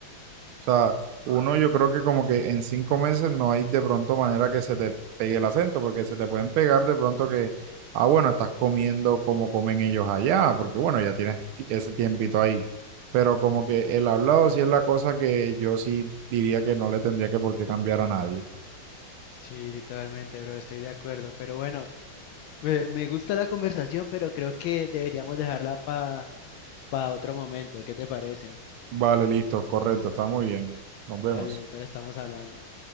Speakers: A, on the right (about 90°); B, on the left (about 80°).
A: O sea, uno yo creo que como que en cinco meses no hay de pronto manera que se te pegue el acento, porque se te pueden pegar de pronto que, ah, bueno, estás comiendo como comen ellos allá, porque bueno, ya tienes ti- ese tiempito ahí. Pero como que el hablado sí es la cosa que yo sí diría que no le tendría que por qué cambiar a nadie.
B: Sí, literalmente, bro, estoy de acuerdo. Pero bueno, me, me gusta la conversación, pero creo que deberíamos dejarla para Para otro momento, ¿qué te parece?
A: Vale, listo, correcto, está muy bien. Nos vemos.
B: Dale, entonces estamos hablando.